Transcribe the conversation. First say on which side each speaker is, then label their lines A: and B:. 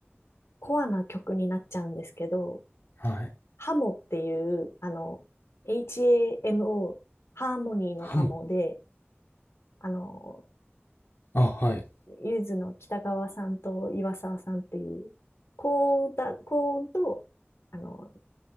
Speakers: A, on the left; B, on the left.
A: コアな曲になっちゃうんですけど、
B: はい。
A: ハモっていう、あの、HAMO、ハーモニーのハモで、
B: ハモ。
A: あの、
B: あ、はい。
A: ゆずの北川さんと岩沢さんっていう、高音歌、高音と、あの、